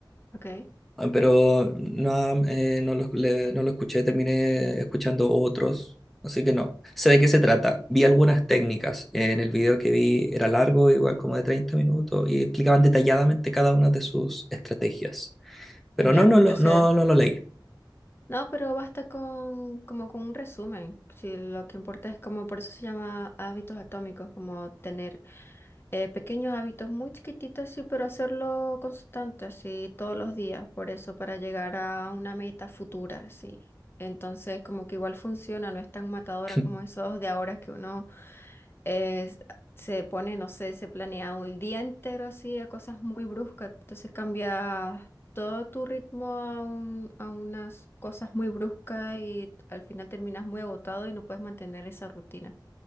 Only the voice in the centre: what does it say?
Ah, Pero no, eh, no lo, le- no lo escuché, terminé escuchando otros, así que no. Sé de qué se trata. Vi algunas técnicas. En el video que vi era largo, igual como de 30 minutos, y explicaban detalladamente cada una de sus estrategias. Pero
no, no,
lo- no, no lo leí.
<laughs>